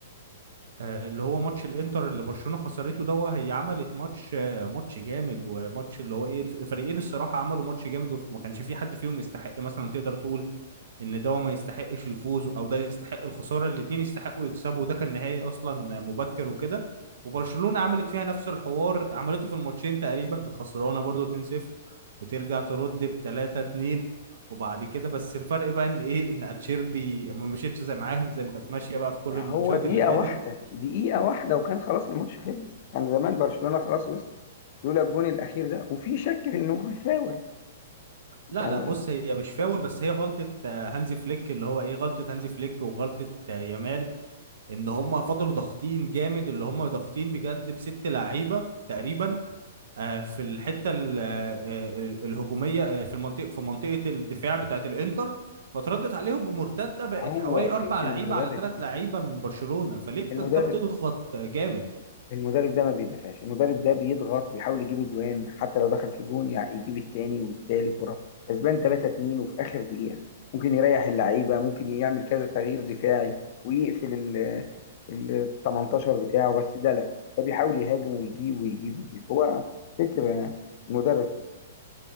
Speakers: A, on the right; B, on the left.
A: آه، اللي هو ماتش الانتر اللي برشلونة خسرته ده هي عملت ماتش آه، ماتش جامد وماتش اللي هو ايه الف- الفريقين الصراحة عملوا ماتش جامد وما كانش في حد فيهم يستحق مثلا تقدر تقول ان ده ما يستحقش الفوز او ده يستحق الخساره الاثنين يستحقوا يكسبوا ده كان نهائي اصلا مبكر وكده وبرشلونه عملت فيها نفس الحوار عملته في الماتشين تقريبا كانت خسرانه برضو 2-0 وترجع ترد ب 3-2 وبعد كده بس الفرق بقى ان ايه ان اتشيربي ما مشيتش زي معاهم زي ما كانت ماشيه بقى في كل
B: ده
A: الماتشات
B: هو دقيقة
A: اللي فاتت
B: واحدة دقيقة واحدة وكان خلاص الماتش خلص كان زمان برشلونة خلاص وصل لولا الجون الأخير ده وفي شك في إنه في فاول
A: لا
B: يعني
A: لا بص هي مش فاول بس هي غلطه آه، هانزي فليك اللي هو ايه غلطه هانزي فليك وغلطه آه، يامال ان هم فضلوا ضاغطين جامد اللي هم ضاغطين بجد بست لعيبه تقريبا آه، في الحته ال- آه، آه، ال- الهجوميه آه، في المنطقه في منطقه الدفاع بتاعه الانتر فتردت عليهم بمرتده بقت
B: هو
A: حوالي
B: فكر
A: اربع لعيبه
B: المدرب
A: على ثلاث
B: كده
A: لعيبه من برشلونه فليه بت-
B: المدرب
A: انت بتضغط آه، جامد
B: المدرب ده ما بيدافعش المدرب ده بيضغط ويحاول يجيب اجوان حتى لو دخل في جون يعني يجيب التاني والتالت والرابع كسبان 3 2 وفي اخر دقيقة ممكن يريح اللعيبة ممكن يعمل كذا تغيير دفاعي ويقفل ال ال 18 بتاعه بس ده لا ده بيحاول يهاجم ويجيب ويجيب ويجيب هو فكر المدرب كده